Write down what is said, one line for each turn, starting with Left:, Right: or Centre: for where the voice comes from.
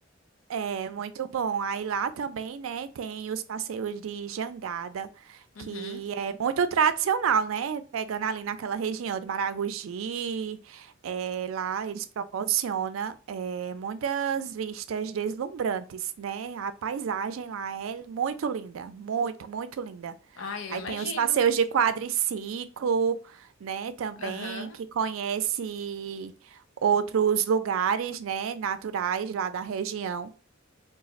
Right: É muito bom. Aí lá também, né, tem os passeios de jangada,
Left: Uhum.
Right: que é muito tradicional, né? Pegando ali naquela região de Maragogi, é, lá eles proporcionam é, muitas vistas deslumbrantes, né? A paisagem lá é muito linda, muito, muito linda.
Left: Ai, eu
Right: Aí
Left: imagino.
Right: tem os passeios de quadriciclo, né, também,
Left: Aham.
Right: que conhece outros lugares, né, naturais lá da região.